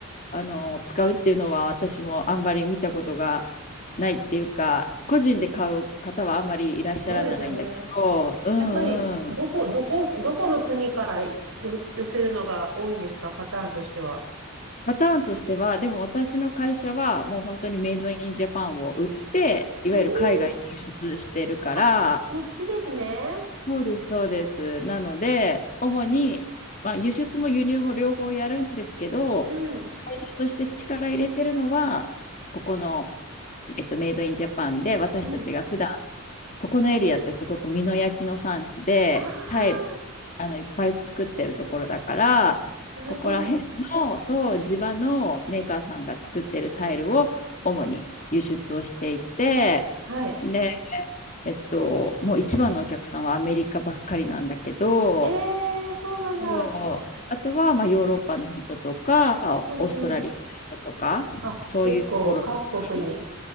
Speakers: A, on the left; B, on the right.
A: あの、使うっていうのは私もあんまり見たことがないっていうか、個人で買う方はあんまりいらっしゃらないんだけど、
B: そうですよね。
A: う
B: やっぱり、どこ、
A: ん
B: どこ、どこの国からよ寄せるのが多いんですか、パターンとしては。
A: パターンとしては、でも私の会社はもう本当にメイドインジャパンを売って、いわゆる海外に輸出してるから、
B: うーんあ、そっちですね。
A: そうです、そうです。なので、主に、まあ、輸出も輸入も両方やるんですけど、
B: うん、
A: 会社として力入れてるのは、ここの、えっと、メイドインジャパンで私たちが普段
B: うん。
A: ここのエリアってすごく美濃焼きの産地で、
B: ああ、
A: タイル、あの、いっぱい作ってるところだから、
B: なるほど。
A: ここら辺の、そう、地場のメーカーさんが作ってるタイルを主に輸出をしていて、
B: はい。
A: で、えっと、もう一番のお客さんはアメリカばっかりなんだけど、
B: ええそうなんだ。
A: そうあとはまあヨーロッパの人とか、
B: うんうん。
A: オーストラリアの人とか、
B: あ、
A: そういうところの国に、
B: 結構各国に。